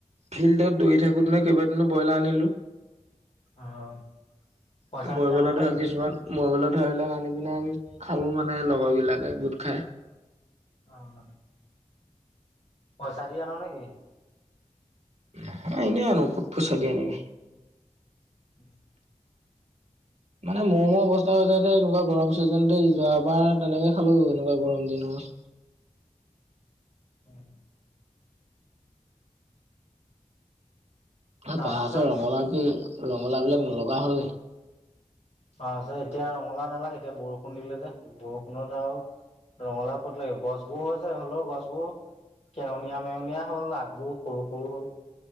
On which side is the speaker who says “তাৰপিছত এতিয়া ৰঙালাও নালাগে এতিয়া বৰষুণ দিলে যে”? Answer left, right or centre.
Left